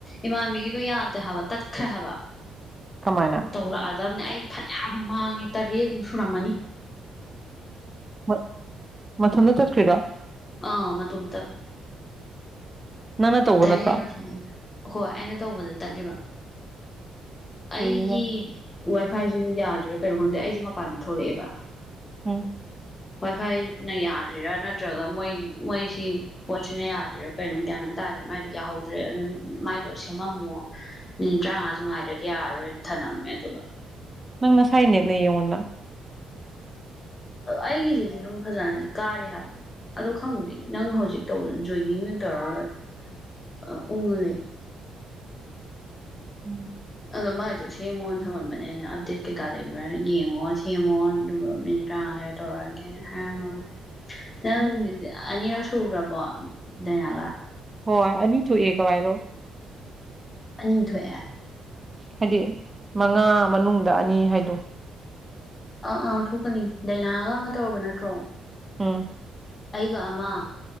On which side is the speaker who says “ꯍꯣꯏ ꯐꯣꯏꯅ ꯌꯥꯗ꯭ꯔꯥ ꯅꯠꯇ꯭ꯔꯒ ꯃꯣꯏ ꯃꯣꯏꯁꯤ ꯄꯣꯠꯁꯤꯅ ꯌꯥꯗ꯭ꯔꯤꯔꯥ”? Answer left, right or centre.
Left